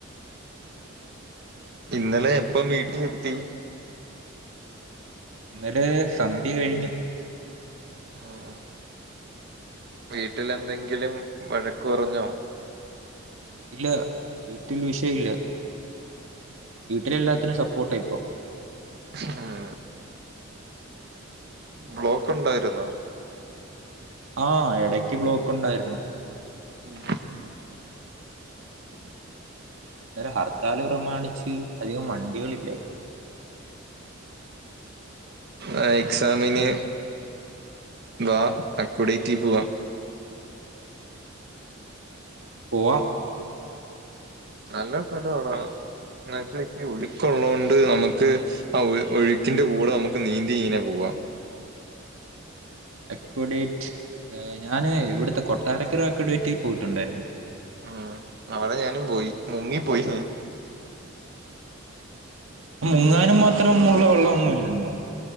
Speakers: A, on the right; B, on the right.
A: ഇന്നലെ എപ്പം വീട്ടിലെത്തി
B: ഇന്നലെ സന്ധ്യ കഴിഞ്ഞു
A: ആഹ് വീട്ടില് എന്തെങ്കിലും വഴക്ക് പറഞ്ഞോ
B: ഇല്ല വീട്ടിൽ വിഷയവില്ല, വീട്ടിൽ എല്ലാത്തിനും സപ്പോർട്ടാ ഇപ്പൊ
A: ആഹ് ബ്ലോക്ക് ഒണ്ടായിരുന്നൊ
B: ആഹ് എടയ്ക്ക് ബ്ലോക്ക് ഒണ്ടായിരുന്നു
A: ഉം <inaudible> <inaudible>
B: ഇന്നലെ ഹർത്താല് പ്രമാണിച്ച് അധികം വണ്ടികളില്ലായിരുന്നു
A: അതെ എക്സാമിന് വാ അക്കുഡേറ്റി പോവാ
B: പോകാം
A: നല്ല സ്ഥലവാടാ എന്ന് വച്ചാ ഒഴുക്ക് ഉള്ളോണ്ട് നമുക്ക്- ആ ഒഴുക്കിന്റെ കൂടെ നമുക്ക് നീന്തി ഇങ്ങനെ പോവാ.
B: അക്കുഡേറ്റ് ഞാന് ഇവിടുത്തെ കൊട്ടാരക്കര അക്കുഡേറ്റി പോയിട്ടുണ്ടായിരുന്നു
A: ഉം അവിടെ ഞാനും പോയി മുങ്ങിപ്പോയി.
B: മുങ്ങാനും മാത്രം ഉള്ള വെള്ളമൊന്നും ഒന്നുമില്ലന്ന് തോനുന്നു